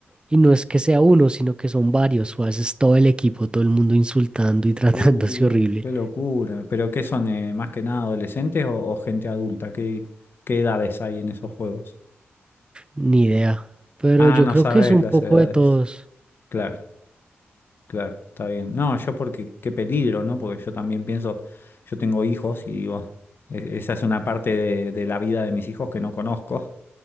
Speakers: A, on the right; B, on the left.
A: y no es que sea uno, sino que son varios o a veces todo el equipo, todo el mundo insultando y <laughs> tratándose
B: Uh,
A: horrible.
B: qué locura. ¿Pero qué son, eh, más que nada adolescentes o, o gente adulta? ¿Qué, qué edades hay en esos juegos?
A: Ni idea. Pero
B: Ah,
A: yo
B: no
A: creo
B: sabes
A: que es un
B: las
A: poco
B: edades.
A: de todos.
B: Claro. Claro, está bien. No, yo porque qué peligro, ¿no? Porque yo también pienso, yo tengo hijos y digo, e- esa es una parte de, de la vida de mis hijos que no conozco